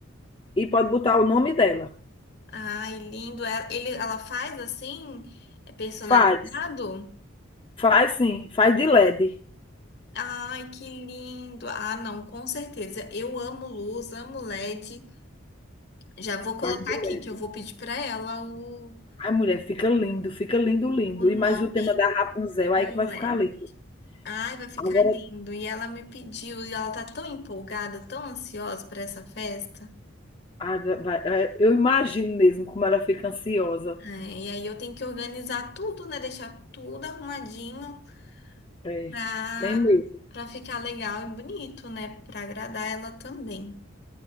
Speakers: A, on the left (about 25°); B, on the left (about 50°).
A: e pode botar o nome dela.
B: Ai, lindo. Ela- Ele, ela faz assim, é personalizado?
A: Faz, faz sim, faz de LED.
B: Ai, que lindo. Ah, não, com certeza. Eu amo luz, amo LED. Já vou colocar
A: Faz de
B: aqui
A: LED.
B: que eu vou pedir para ela o
A: Ai, mulher, fica lindo, fica lindo, lindo.
B: o nome
A: E mais o tema da Rapunzel
B: com
A: aí que vai ficar
B: LED.
A: lindo.
B: Ai, vai ficar
A: Agora
B: lindo. E ela me pediu, e ela tá tão empolgada, tão ansiosa para essa festa.
A: Ah, vai, é, eu imagino mesmo como ela fica ansiosa.
B: Ai, e aí eu tenho que organizar tudo, né? Deixar tudo arrumadinho
A: É,
B: pra,
A: tem mesmo.
B: pra ficar legal e bonito, né? Pra agradar ela também.